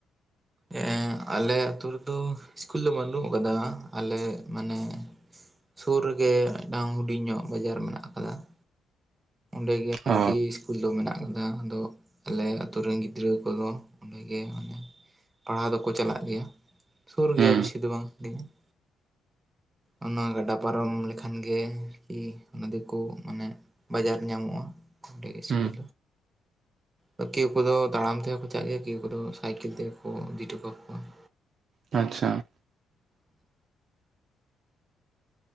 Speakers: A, on the right; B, on the right.
A: ᱮᱸ ᱟᱞᱮ ᱟᱹᱛᱩ ᱨᱮᱫᱚ ᱤᱥᱠᱩᱞ ᱫᱚ ᱵᱟᱹᱱᱩᱜ ᱟᱠᱟᱫᱟ ᱾ ᱟᱞᱮ ᱢᱟᱱᱮᱼᱼ ᱥᱩᱨ ᱨᱮᱜᱮ ᱢᱤᱫᱴᱟᱝ ᱦᱩᱰᱤᱧ ᱧᱚᱜ ᱵᱟᱡᱟᱨ ᱢᱮᱱᱟᱜ ᱟᱠᱟᱫᱟ ᱾ ᱚᱸᱰᱮ ᱜᱮᱭᱟ ᱚᱨᱠᱤ
B: ᱚ
A: ᱤᱥᱠᱼᱼ ᱤᱥᱠᱩᱞ ᱫᱚ ᱢᱮᱱᱟᱜ ᱟᱠᱟᱫᱟ, ᱟᱫᱚ ᱟᱞᱮ ᱟᱛ ᱨᱮᱱ ᱜᱤᱫᱽᱨᱟᱹ ᱠᱚᱫᱚ ᱚᱸᱰᱮ ᱜᱮ ᱚᱱᱮᱼᱼ ᱯᱟᱲᱦᱟᱣ ᱫᱚᱠᱚ ᱪᱟᱞᱟᱜ ᱜᱮᱭᱟ, ᱥᱩᱨ
B: ᱦᱩᱸ
A: ᱜᱮᱭᱟ ᱵᱮᱥᱤ ᱫᱚ ᱵᱟᱝ ᱥᱟᱜᱮᱧᱟ ᱾ ᱚᱱᱟ ᱜᱟᱰᱟ ᱯᱟᱨᱚᱢ ᱞᱮᱠᱷᱟᱱ ᱜᱮ ᱤᱦ ᱚᱱᱟ ᱫᱚᱠᱚ ᱢᱟᱱᱮᱼᱼ ᱵᱟᱡᱟᱨ ᱧᱟᱢᱚᱜᱼᱟ ᱚᱸᱰᱮ ᱤᱥᱠᱩᱞ
B: ᱦᱩᱸ
A: ᱨᱮ? ᱠᱮᱣ ᱠᱚᱫᱚ ᱛᱟᱲᱟᱢ ᱛᱮᱦᱚᱸ ᱠᱚ ᱪᱟᱞ ᱜᱮᱭᱟ, ᱠᱮᱣ ᱠᱚᱫᱚ ᱥᱟᱭᱠᱮᱞ ᱛᱮᱜᱮ ᱠᱚ ᱤᱫᱤ ᱦᱚᱴᱚ ᱠᱟᱠᱩᱣᱟ ᱾
B: ᱟᱪᱪᱷᱟ ᱾